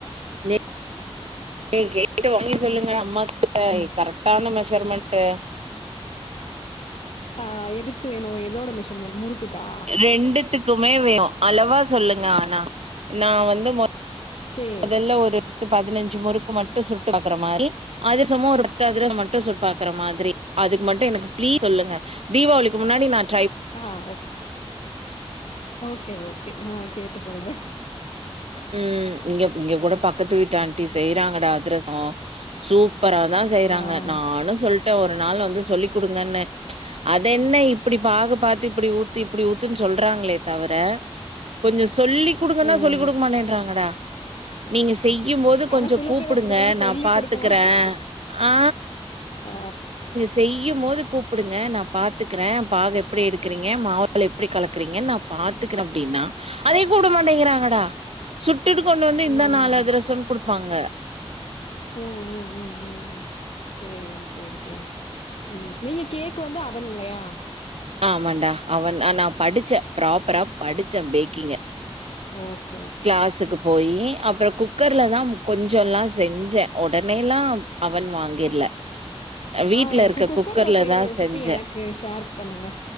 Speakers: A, on the right; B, on the left.
A: ப்ளே நீ கேட்டு வாங்கி சொல்லுங்க அம்மாக்கிட்ட ஏ கரெக்டான மெஷர்மெண்ட்டு
B: ஆ எதுக்கு வேணு எதோட மெஷர்மெண்ட் முறுக்குக்கா
A: ரெண்டுத்துக்குமே வேனும் அளவா சொல்லுங்க ஆனா நா வந்து மொத்
B: சேரி
A: மொதல்ல ஒரு பத்து பதினஞ்சு முறுக்கு மட்டு சுட்டு பாக்குற மாறி அதிரசமு ஒரு பத்து அதிரசம் மட்டும் சுட் பாக்குற மாதிரி அதுக்கு மட்டு எனக்கு பிளீஸ் சொல்லுங்க தீபாவளிக்கு முன்னாடி நானு
B: ஆ ஓகே ஓகே ஓகே ஆ கேட்டு சொல்றே
A: உம் இங்க இங்க கூட பக்கத்து வீட்டு ஆண்ட் ட்டி செய்றாங்கடா அதிரசோ சூப்பரா தா செய்யறாங்க
B: ஆ
A: நானு சொல்ட் ட்ட ஒரு நாள் வந்து சொல்லி் குடுங்கன்னு அது என்ன இப்டி பாகு பாத்து இப்டி ஊத்து இப்டி ஊத்துன்னு சொல்றாங்களே தவர கொஞ்சோ சொல்லி குடுங்கன்னா
B: ம்
A: சொல்லி் குடுங்கமாட்றாங்கடா நீங்க செய்யும் போது
B: ஆனா
A: கொஞ்சோம்
B: சில
A: கூப்டுங்க
B: பேர் அப்டிதா
A: நா
B: சொல்லி
A: பாத்துக்றே
B: குடுக்க மாட்டாங்க
A: ஆ
B: ஆ
A: செய்யும் போது கூப்டுங்க நா பாத்துக்றே பாகு எப்டி எடுக்றீங்க மாவு எப்டி கலக்குறீங்க நா பாத்துக்றே அப்டின்னா அதே கூப்ட மாட்டேங்றாங்க தா சுட்டுட்டு கொண்டு வந்து இந்தா
B: ம்
A: நாலு அதிரசம்னு குடுப்பாங்க
B: உம் உம் உம் உம் உம் சேரி சேரி சேரி உம் நீங்க கேக்கு வந்து அவன் இல்லயா
A: ஆமாண்டா அவன் நா படுச்சே ப்ராப்பரா படுச்சே பேக்கிங்க
B: ஓகே ஓ
A: க்ளாஸுக்கு போயி அப்றோ குக் கர்லதாம் கொஞ்சொல்லா செஞ்சே ஒடனேல்லாம் அவன் வாங்கீர்ல அ வீட்ல
B: ஆ எனக்கு
A: இருக்க
B: குக்கர்ல
A: குக்கர்லதா
B: செய்ற ரெசிபி
A: செஞ்சே
B: எனக்கு ஷேர் பண்ணுங்க